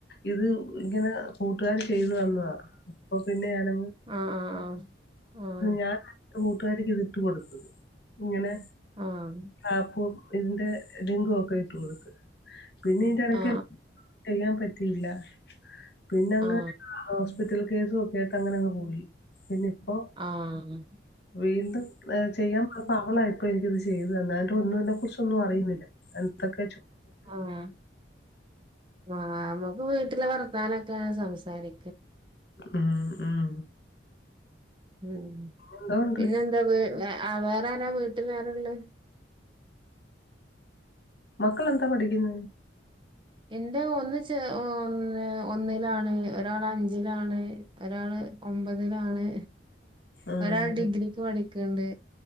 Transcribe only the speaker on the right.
ആഹ് ആഹ് ആഹ് ആഹ്
ആഹ്
ആ ആ
ആ ആ
ആഹ്
ആഹ് ആഹ് ഞമ്മക്ക് വീട്ടിലെ വർത്താനൊക്കെ സംസാരി
ഉം
പിന്നെ എന്താ വെ വെ വേറെ ആരാ വീട്ടിൽ വേറെള്ളെ
ഇന്റെ ഒന്ന് ചെ ഒന്ന് ഒന്നിലാണ് ഒരാള് അഞ്ചിലാണ്. ഒരാള് ഒമ്പതിലാണ്
ഒരാൾ ഡിഗ്രിക്ക്
പഠിക്ക്ണ്ട്